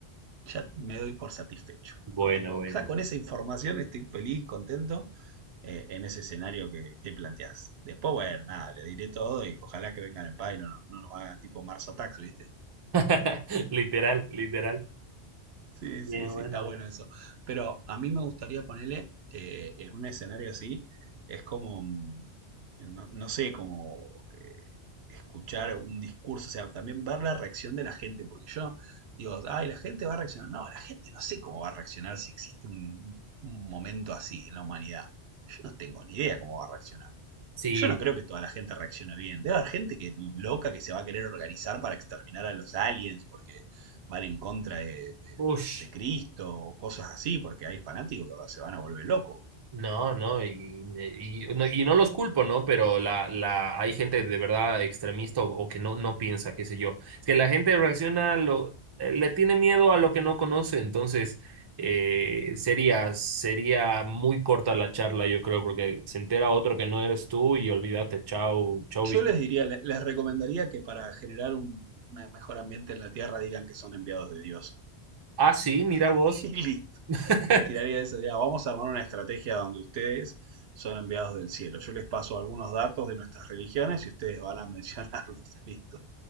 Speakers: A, on the right; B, on the right.
A: ya me doy por satisfecho.
B: Bueno,
A: Con, tipo,
B: bueno.
A: o sea, con esa información estoy feliz, contento eh, en ese escenario que, que planteás. Después, bueno, nada, le diré todo y ojalá que vengan en paz y no, no- no nos hagan tipo Mars Attacks, ¿viste?
B: <laughs> Literal, literal.
A: Sí,
B: Bien,
A: sí, sí,
B: buena.
A: está bueno eso. Pero a mí me gustaría ponerle eh, en un escenario así, es como, mm, no, no sé, como eh, escuchar un discurso, o sea, también ver la reacción de la gente, porque yo digo, ay, la gente va a reaccionar. No, la gente no sé cómo va a reaccionar si existe un, un momento así en la humanidad. Yo no tengo ni idea cómo va a reaccionar.
B: Sí.
A: Yo no creo que toda la gente reaccione bien. Debe haber gente que loca que se va a querer organizar para exterminar a los aliens porque van en contra de, de-
B: Ush.
A: de- de Cristo o cosas así, porque hay fanáticos que se van a volver locos.
B: No, no, y, y, no, y no los culpo, ¿no? Pero la, la, hay gente de verdad extremista o, o que no, no piensa, qué sé yo. Es que la gente reacciona, a lo, eh, le tiene miedo a lo que no conoce, entonces eh, sería, sería muy corta la charla, yo creo, porque se entera otro que no eres tú y olvídate, chao, chao.
A: Yo
B: viste.
A: les diría, le- les recomendaría que para generar un me- mejor ambiente en la Tierra digan que son enviados de Dios.
B: Ah, sí, mira
A: <laughs>
B: vos.
A: Y listo.
B: <laughs>
A: Le tiraría esa idea. Vamos a armar una estrategia donde ustedes son enviados del cielo. Yo les paso algunos datos de nuestras religiones y ustedes van a mencionarlos. <laughs> Listo.